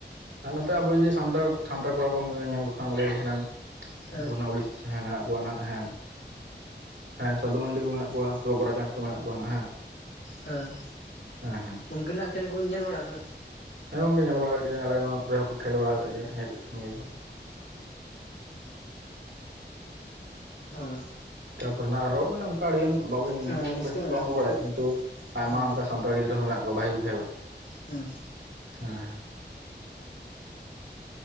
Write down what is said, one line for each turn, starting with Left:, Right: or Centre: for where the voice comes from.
Right: ᱟᱨ ᱱᱚᱛᱮ ᱟᱵᱚ ᱡᱩᱫᱤ ᱥᱟᱱᱛᱟᱲ ᱥᱟᱱᱛᱟᱲ ᱠᱚᱲᱟ ᱠᱚᱢ ᱧᱮᱞ ᱠᱚ ᱠᱷᱟᱱ ᱞᱟᱹᱭ ᱠᱚ ᱠᱷᱟᱱᱢ
Left: ᱦᱮᱸ
Right: ᱱᱳᱠᱳ ᱱᱟᱜ ᱩᱲᱤᱥᱥᱟ ᱢᱮᱱᱟᱜ ᱠᱚᱶᱟ ᱱᱟᱦᱟᱜ ᱦᱮᱸ ᱦᱮᱸ ᱥᱟᱫᱩ ᱢᱟᱱᱰᱤ ᱠᱚ ᱢᱮᱱᱟᱜ ᱠᱚᱣᱟ ᱛᱚ ᱜᱳᱨᱟᱪᱟᱸᱫᱽ ᱠᱚ ᱢᱮᱱᱟᱜ ᱠᱚᱣᱟ ᱱᱟ ᱦᱮᱸ
Left: ᱦᱮᱸ
Right: ᱦᱮᱸ ᱦᱮᱸ
Left: ᱩᱱᱠᱤᱱᱟᱜ ᱠᱷᱮᱞ ᱠᱩᱵᱮᱱ ᱧᱮᱞ ᱵᱟᱲᱟ ᱠᱟᱫᱟ?
Right: ᱦᱮᱸ ᱜᱚᱝᱠᱮ ᱧᱮᱞ ᱵᱟᱲᱟ ᱠᱮᱫ ᱜᱮᱭᱟᱧ ᱟᱞᱮ ᱱᱚᱶᱟ ᱠᱚᱨᱮ ᱦᱚᱸᱠᱚ ᱠᱷᱮᱞ ᱵᱟᱲᱟ ᱠᱟᱫ ᱜᱮᱭᱟ ᱦᱮᱡ ᱟᱠᱟᱱ ᱜᱮᱭᱟ ᱠᱚ᱾
Left: ᱚᱸᱻ
Right: ᱛᱟᱨᱯᱚᱨᱮ ᱱᱟᱜ ᱟᱨᱚ ᱚᱱᱮ ᱚᱱᱠᱟ ᱟᱹᱰᱤᱜᱟᱱ ᱵᱟᱵᱳ ᱧᱩᱛᱩᱢ
Left: ᱦᱮᱸ ᱟᱹᱰᱤ ᱩᱥᱛᱟᱹᱭ ᱢᱮᱱᱟᱜ
Right: ᱵᱟᱵᱚᱱ
Left: ᱠᱚᱣᱟ᱾
Right: ᱵᱟᱲᱟᱭᱟ ᱠᱤᱱᱛᱩ ᱟᱭᱢᱟ
Left: ᱦᱩᱸ
Right: ᱚᱱᱠᱟ ᱥᱟᱱᱛᱟᱲ ᱜᱤᱫᱽᱨᱟᱹ ᱦᱚᱸ ᱢᱮᱱᱟᱜ ᱠᱚᱣᱟ ᱵᱷᱟᱜᱤ ᱠᱚ ᱠᱷᱮᱞᱟ᱾
Left: ᱦᱩᱸ
Right: ᱦᱮᱸ ᱦᱮᱸ᱾